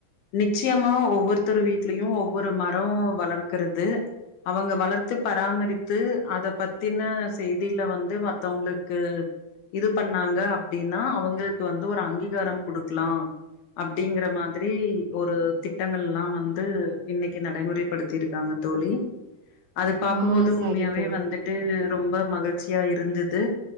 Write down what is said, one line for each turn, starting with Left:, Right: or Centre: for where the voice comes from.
Left: நிச்சியமா ஒவ்வொருத்தர் வீட்லயும் ஒவ்வொரு மரோ வளர்க்கறது அவங்க வளர்த்து பராமரித்து அத பத் தின்ன செய்திகள வந்து மத்தவ்ங்ளுக்கு இது பண்ணாங்க அப்டின்னா அவங்களுக்கு வந்து ஒரு அங்கீகாரம் குடுக்கலா அப்டிங்குற மாதிரி ஒரு திட்டங்கள்லா வந்து இன்னைக்கி நடைமுறைப்படுத்திருக்காங்க தோழி அது பாக்கும்
Right: ஆ
Left: போது உண்மையாவே
Right: சரி தோழி.
Left: வந்துட் டு ரொம்ப மகிழ்ச்சியா இருந்தது